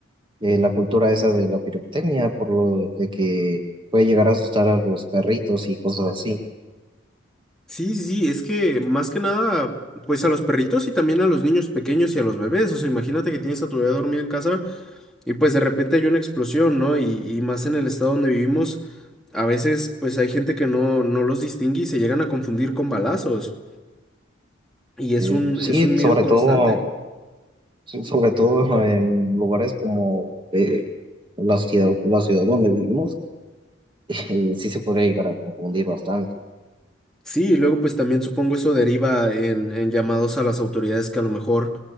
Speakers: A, on the right; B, in the centre.
A: eh, la cultura esa de la pirotecnia, por lo de que puede llegar a asustar a los perritos y cosas así.
B: Sí, sí, sí, es que más que nada, pues a los perritos y también a los niños pequeños y a los bebés, o sea, imagínate que tienes a tu bebé dormido en casa, Y pues de repente hay una explosión, ¿no? Y, y más en el estado donde vivimos, a veces pues hay gente que no, no los distingue y se llegan a confundir con balazos. Y es
A: Eh,
B: un,
A: sí,
B: es un miedo
A: sobre
B: constante.
A: todo Sí, sobre todo en lugares como eh, la ciudad, la ciudad donde vivimos, eh, sí se podría llegar a confundir bastante.
B: Sí, y luego pues también supongo eso deriva en, en llamados a las autoridades que a lo mejor